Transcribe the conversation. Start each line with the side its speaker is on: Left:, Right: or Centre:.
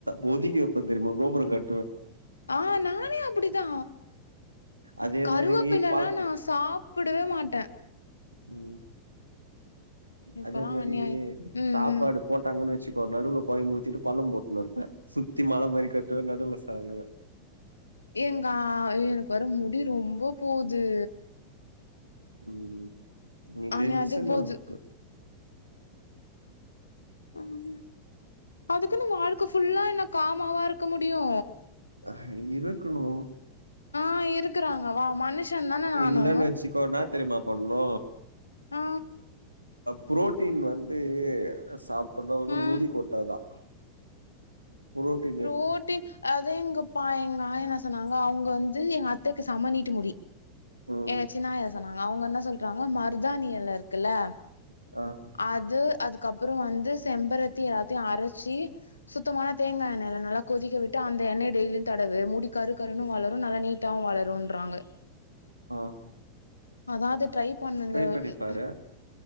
Right: வோதிக்க வைப்பே தெரியுமா கோபுரா கட்டுவே
Left: ஆஹ் நானே அப்டிதா
Right: அதே
Left: கருவேப்பிலல்லா
Right: மாதிரி பல
Left: நா சாப்ப சாப்படவே மாட்டே
Right: ம்
Left: இப்பல்லா
Right: அதே மாரி
Left: அநியாய ம்
Right: சாப்பாடு
Left: ம்
Right: போட்டாங்கன்னு வச்சுக்கோ நடுவுல கொலம்புத்திட்டு பழம் போட்டுனு இருப்பன் சுத்தி மழை மாரி கட்டுவே நடுவில் சாப்டுவே
Left: எங்க எனக்கு வர முடி ரொம்ப போகுது
Right: ம் நீ
Left: அநியாயத்துக்கு
Right: டென்சன்
Left: போது
Right: ஆக
Left: உகும் அதுக்குன்னு வாழ்க்கை புல்லா என்ன காமாவா இருக்க முடியு
Right: ஆ இருக்கணு
Left: ஆ இருக்கறாங்க வா மனுஷன் தானே நானு
Right: இல்லன்னு வச்சுக்கோ என்னா தெரியுமா பண்ணணு
Left: ஆ
Right: புரோட்டீன் வந்து சாப்பிடா வந்து
Left: ம்
Right: முடி கொட்டாதா ப்ரோட்டின்
Left: ப்ரோட்டின் அதா எங்கப்பா எங்க ஆயா என்ன சொன்னாங்க அவங்க வந்து எங்க அத்தைக்கு செம நிட்ட முடி
Right: ம்
Left: எங்க சின்னாஆயா அவங்க என்ன சொல்றாங்க மருதாானி இல இருக்குல்ல
Right: ஆஹ்
Left: அது அதுக்கப்புறோ வந்து செம்பரத்தி எல்லாத்தையு அரைச்சி சுத்தமான தேங்கா எண்ணெய அத நல்லா கொதிக்க விட்டு அந்த எண்ணெய டெய்லியு தடவு மூடி கரு கருனு வளரு நல்லா நீட்டாவு வளரும்ன்றாங்க ஆ <inaudible>
Right: ஆ
Left: அதா அது ட்ரை பண்ண இந்த
Right: ட்ரை பண்ணி
Left: ம்
Right: பாரு